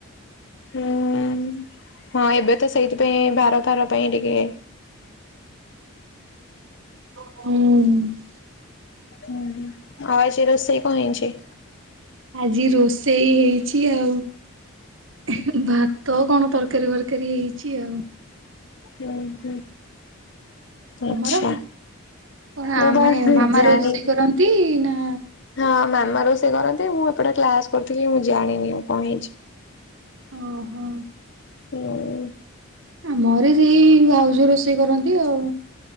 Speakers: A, on the left (about 55°); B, on the right (about 60°).
A: ହୁଁ ହଁ ଏବେ ତ ସେଇଥିପାଇଁ ଭାର ଫାର ପାଇଁ ଟିକେ
B: ହୁଁ।
A: ଉଁ ହୁଁ ଆଉ ଆଜି ରୋଷେଇ କଣ ହେଇଛି?
B: ଆଜି ରୋଷେଇ ହେଇଛି ଆଉ ହେଁ ଭାତ କଣ ତରକାରୀ ଫରକାରୀ ହେଇଛି ଆଉ।
A: ହୁଁ ହୁଁ।
B: ତମର
A: ଆଚ୍ଛା
B: କଣ
A: ମୁଁ
B: ଆ
A: ବା
B: ମାନେ ମାମା
A: ଜାଣିନି।
B: ରୋଷେଇ କରନ୍ତି ନା
A: ହଁ ମାମା ରେଷେଇଲ କରନ୍ତି ମୁଁ ଏପଟେ କ୍ଲାସ କରୁଥିଲି ମୁଁ ଜାଣିନି ଆଉ କଣ୍ ହେଇଚି।
B: ଓହୋ।
A: ହୁଁ।
B: ଆମ ଅରେ ସେଇ ଭାଉଜ ରୋଷେଇ କରନ୍ତି ଆଉ